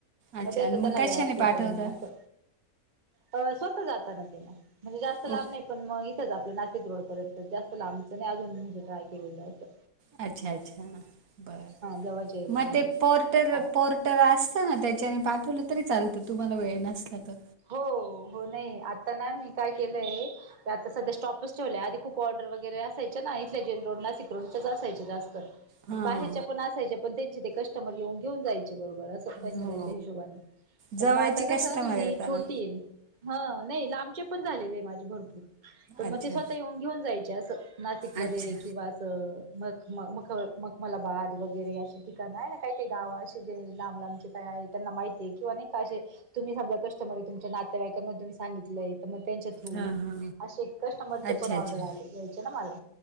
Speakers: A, on the right (about 80°); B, on the right (about 35°).
A: अच्छा
B: मध्ये आता
A: आणि
B: त्यांना
A: मग कशाने
B: वेळ असतात
A: पाठवता
B: मग असं अ स्वत जात ना तिन म्हणजे जास्त
A: ओ
B: लाभ नाही पण मग इथंच आपलं नाशिक रोडपर्यंत जास्त लांबचं आणि अजून म्हणजे ट्राय केलेलं होतं
A: अच्छा अच्छा बरं
B: जवळच्या एरियामध्ये
A: मग ते पोर्टर
B: हा
A: पोर्ट तर असतं ना त्याच्याने पाठवलं तरी चालतं तुम्हाला वेळ नसला तर
B: हो हो नाही आता ना मी काय केलंय ते आता सध्या स्टॉपच ठेवल्या आधी खूप ऑर्डर वगैरे असायच्या ना इथल्या जे रोड नासिक रोड त्याच असायचे जास्कर
A: हा
B: बाहेरच्या
A: हा
B: पण असायच्या पण त्यांचे ते कस्टमर येऊन घेन जायचे बरोबर अस त्यांच्या
A: हो
B: हिशोबाने
A: जवळचे
B: पण मग आता कस
A: कस्टमर
B: ह
A: येतात
B: छोटी
A: ना
B: आहे हा नाही लांबचे पण झालेले माझे भरपूर पण
A: अच्छा
B: मग ते स्वतः येऊन घेऊन जायचे असं नाशिकमध्येध्ये
A: अच्छा
B: किंवा असं मग मग मग मगमाला बाद वगैरे असे ठिकाणं आहे ना काही काही गावं असे जे लांब लांबचे काय आहेत त्यांना माहितीे किंवा नाही का अे तुम्ही समा कटमर आहे तुमच्या नाते्यावाईकांना तुम्ही सांगितलंय तर मग त्यांच्या थ्रू
A: हा हा
B: असे कस्टमरचे
A: अच्छा
B: पण ऑर्डर
A: अच्छा
B: आले यायचे ना मला